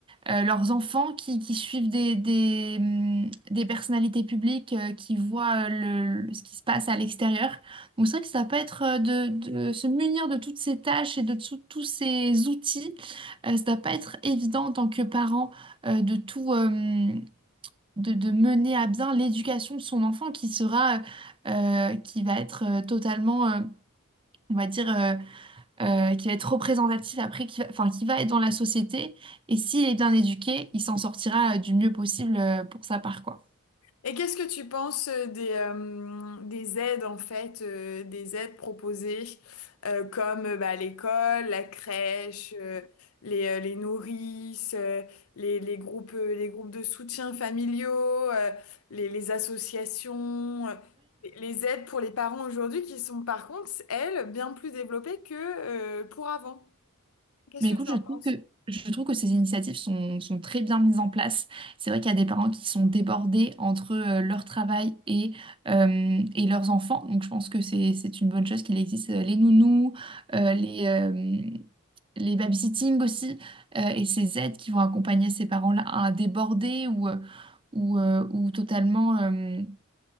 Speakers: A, on the right (about 25°); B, on the left (about 80°).
A: euh, leurs enfants qui, qui suivent des, des, hum, des personnalités publiques, euh, qui voient euh, le, le- ce qui se passe à l'extérieur. Donc c'est vrai que ça peut être euh, de, de se munir de toutes ces tâches et de tout- tous ces outils. Euh, ça doit pas être évident en tant que parent euh, de tout. euh, de, de mener à bien l'éducation de son enfant qui sera, euh, qui va être euh, totalement, euh, on va dire, euh, euh, qui va être représentatif après, qui va, enfin, qui va être dans la société. Et s'il est bien éduqué, il s'en sortira euh, du mieux possible euh, pour sa part, quoi.
B: Et qu'est-ce que tu penses euh, des, euh, des aides, en fait, euh, des aides proposées euh, comme euh, bah, l'école, la crèche, euh, les, euh, les nourrices, euh, les, les groupes, euh, les groupes de soutien familiaux, euh, les, les associations, euh, les les aides pour les parents aujourd'hui qui sont par contre, elles, bien plus développées que euh, pour avant. Qu'est-ce
A: Mais écoute,
B: que tu
A: je
B: en
A: trouve
B: penses?
A: que, je trouve que ces initiatives sont, sont très bien mises en place. C'est vrai qu'il y a des parents qui sont débordés entre euh, leur travail et, euh, et leurs enfants. Donc je pense que c'est, c'est une bonne chose qu'il existe euh, les nounous, euh, les, euh, les babysitting aussi, euh, et ces aides qui vont accompagner ces parents-là à déborder ou, euh, ou, euh, ou totalement... euh,